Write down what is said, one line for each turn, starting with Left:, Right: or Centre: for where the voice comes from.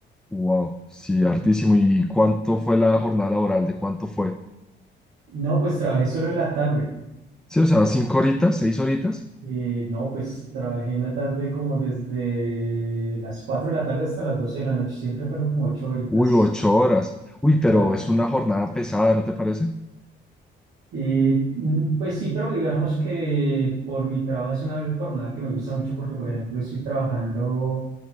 Centre: Wow, sí, hartísimo. ¿Y cuánto fue la jornada laboral? ¿De cuánto fue?
Right: No, pues trabajé solo en la tarde.
Centre: Sí, o sea, cinco horitas, seis horitas.
Right: Eh, no, pues trabajé en la tarde como desde las 4 de la tarde hasta las 12 de la noche. Siempre fueron como 8 horitas,
Centre: Uy, ocho horas. Uy, pero
Right: claro.
Centre: es una jornada pesada, ¿no te parece?
Right: Y mm, pues sí, pero digamos que por mi trabajo es una jornada que me gusta mucho porque, por ejemplo, estoy trabajando